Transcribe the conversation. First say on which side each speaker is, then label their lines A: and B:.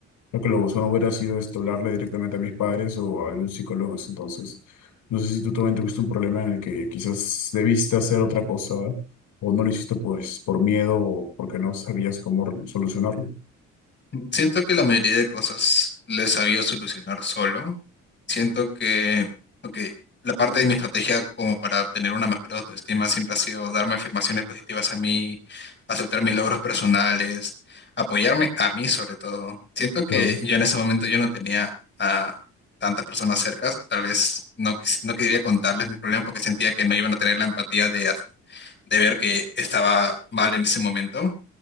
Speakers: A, on the left (about 80°); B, on the left (about 35°).
A: Lo que lo no hubiera sido esto, hablarle directamente a mis padres o a algún psicólogo. Entonces, no sé si tú también tuviste un problema en el que quizás debiste hacer otra cosa o no lo hiciste pues por miedo o porque no sabías cómo re- solucionarlo.
B: Siento que la mayoría de cosas le he sabido solucionar solo. Siento que, ok, la parte de mi estrategia como para tener una mejor autoestima siempre ha sido darme afirmaciones positivas a mí, aceptar mis logros personales, apoyarme a mí sobre todo. Siento que
A: Claro.
B: yo en ese momento yo no tenía a tantas personas cercas, tal vez no, quis- no quería contarles mis problemas porque sentía que no iban a tener la empatía de, de ver que estaba mal en ese momento